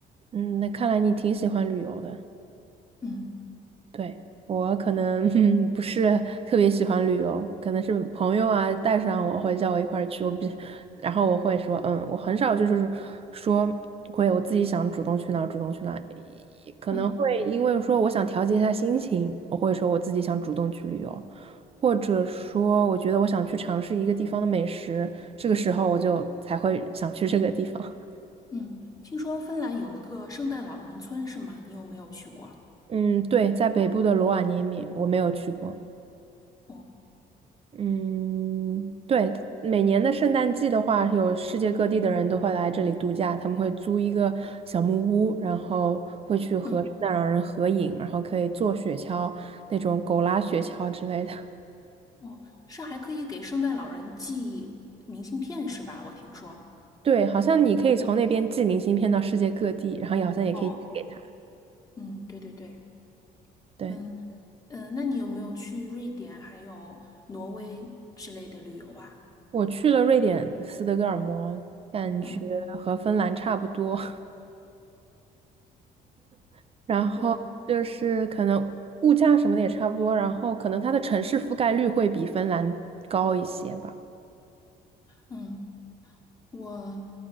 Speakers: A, on the right; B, on the left.
A: 嗯，那看来你挺喜欢旅游的。
B: 嗯
A: 对，我可能 <laughs> 不是特别喜欢旅游，可能是朋友啊带上我会叫我一块儿去，我比，然后我会说嗯，我很少就是说会我自己想主动去哪儿主动去哪儿，可能会因为说我想调节一下心情，
B: 嗯
A: 我会说我自己想主动去旅游，或者说我觉得我想去尝试一个地方的美食，这个时候我就才会想去这个地方。
B: 嗯，听说芬兰有一个圣诞老人村是吗？你有没有去过？
A: <laughs> 嗯，对，在北部的罗瓦涅米我没有去过。
B: 哦。
A: 嗯，对，每年的圣诞季的话，有世界各地的人都会来这里度假，他们会租一个小木屋，然后会去和圣诞老人合影，
B: 嗯。
A: 然后可以坐雪橇，那种狗拉雪橇之类的。
B: 哦，是还可以给圣诞老人寄明信片是吧？我听说。
A: 对，好像你可以从那边寄明信片到世界各地，然后也好像也可以寄给他。
B: 哦，嗯，对对对，
A: 对，
B: 嗯嗯，呃那你有没有去瑞典还有挪威之类的旅游啊？
A: 我去了瑞典斯德哥尔摩，感觉和芬兰差不多，
B: 嗯，
A: <laughs> 然后就是可能物价什么的也差不多，
B: 我
A: 然后可能它的城市覆盖率会比芬兰高一些吧。
B: 嗯我